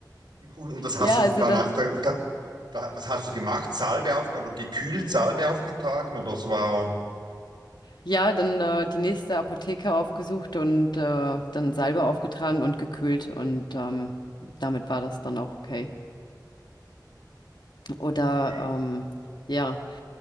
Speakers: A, on the right; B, on the left.
A: Und, und das
B: ja,
A: hast du
B: also
A: danach,
B: das,
A: da, da, da, was hast du gemacht? Salbe aufgetragen oder gekühlt Salbe aufgetragen? Oder es war,
B: ja, dann äh, die nächste Apotheke aufgesucht und äh, dann Salbe aufgetragen und gekühlt und ähm, damit war das dann auch okay. Oder
A: okay,
B: ähm, ja,